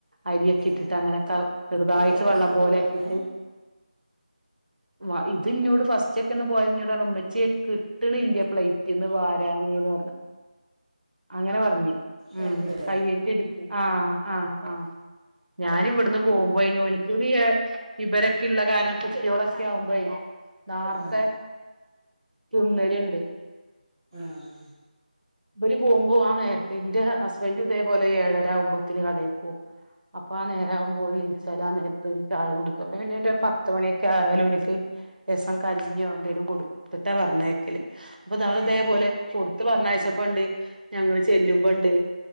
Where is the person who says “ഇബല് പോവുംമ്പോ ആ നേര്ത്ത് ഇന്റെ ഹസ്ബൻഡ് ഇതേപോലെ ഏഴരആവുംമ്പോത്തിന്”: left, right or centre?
Right